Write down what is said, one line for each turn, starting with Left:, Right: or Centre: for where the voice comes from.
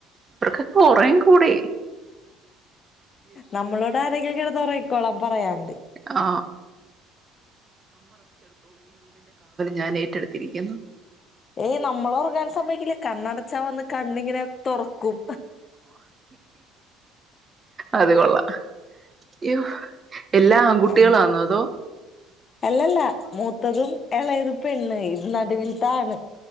Right: ഇപ്പറക്കെ കൊറേയും കൂടി.
Left: നമ്മളോട് ആരെങ്കൊക്കെ എടുതോറെയും. കുളം പറയാണ്ട്
Right: ഓ ഞാൻ ഏറ്റെടുത്തിരിക്കുന്നു
Left: ഏയ് നമ്മള ഉറങ്ങാൻ സമ്മക്കില്ലേ കണ്ണടച്ചാ വന്ന് കണ്ണിങ്ങനെ തൊറക്കും.
Right: അത് കൊള്ളാം. യ്യോ എല്ലാ ആൺകുട്ടികളാന്നോ
Left: ഉ
Right: അതോ
Left: അല്ലല്ല മൂ മൂത്തതും എളേതും പെണ്ണ് ഇത് നാടുവിലത്തെ ആണ്.